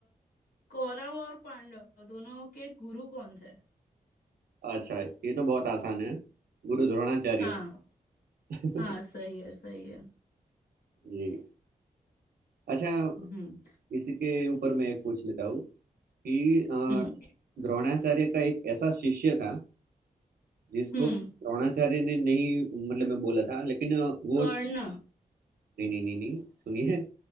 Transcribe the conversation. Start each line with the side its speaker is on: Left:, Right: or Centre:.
Left: कौरव और पांडव दोनों के गुरु कौन थे
Right: अच्छा ये तो बहुत आसान है गुरु द्रोणाचार्य
Left: हाँ
Right: <laughs>
Left: हाँ सही है सही है
Right: जी अच्छा
Left: हम्म
Right: इसी के ऊपर मैं एक पूछ लेता हूँ कि अ,
Left: हम्म
Right: द्रोणाचार्य का एक ऐसा शिष्य था जिसको
Left: हम्म
Right: द्रोणाचार्य ने नहीं मतलब मैं बोला था लेकिन वो
Left: कर्ण
Right: नहीं नहीं नहीं नहीं सुनिए